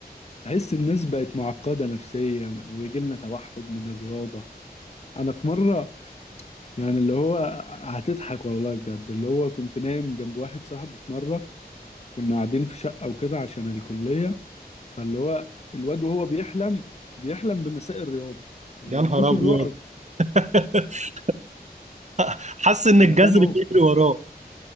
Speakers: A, on the left; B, on the right.
A: تحس الناس بقت معقده نفسيا ويجي لنا توحد من الرياضه انا في مره يعني اللي هو هتضحك والله بجد اللي هو كنت نايم جنب واحد صاحبي في مره كنا قاعدين في شقه وكده عشان الكليه فاللي هو الواد وهو بيحلم بيحلم بمساء الرياضه يعني
B: يا نهار
A: شوف
B: ابيض
A: الرعب
B: <laughs> حاسس ان
A: انا
B: الجذر
A: سامعه
B: بيجري وراه